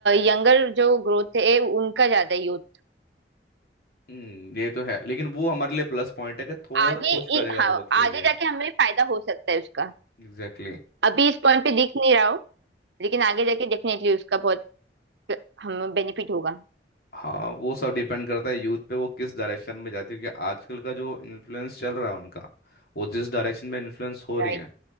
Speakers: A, on the right; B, on the left.
A: यंगर जो ग्रोथ है उनका ज्यादा यूथ
B: हम्म ये तो है लेकिन वो हमारे लिए प्लस पॉइंट है कि थोड़ा
A: आगे
B: सा पुश करेगा
A: इ- हाँ
B: ग्रोथ के लिए
A: आगे जाके हमें फायदा हो सकता है उसका
B: एग्जैक्टली
A: अभी इस पॉइंट पे दिख नहीं रहा हो लेकिन आगे जाके डेफिनेटली उसका बहुत हमें बेनिफिट होगा
B: हाँ वो सब डिपेंड करता है यूथ पे वो किस डायरेक्शन में जाती है क्योंकि आजकल का जो इन्फ्लुएंस चल रहा है उनका वो जिस डायरेक्शन में इन्फ्लुएंस हो रही
A: राइट
B: है